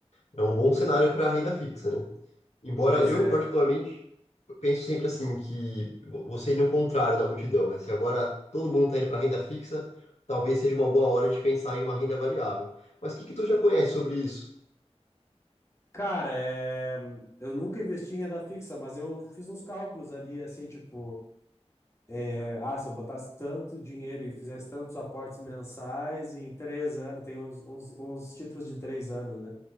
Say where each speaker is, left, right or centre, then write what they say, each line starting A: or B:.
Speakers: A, on the left (about 75°); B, on the left (about 25°).
A: é um bom cenário para renda fixa, né? Embora
B: Pois
A: eu,
B: é.
A: particularmente, penso sempre assim que vo- você ir no contrário da multidão, né? Se agora todo mundo está indo para renda fixa, talvez seja uma boa hora de pensar em uma renda variável. Mas o que que tu já conhece sobre isso?
B: Cara, eh, eu nunca investi em renda fixa, mas eu fiz uns cálculos ali, assim, tipo. É, ah, se eu botasse tanto dinheiro e fizesse tantos aportes mensais em três anos, tem uns, uns, uns títulos de três anos, né?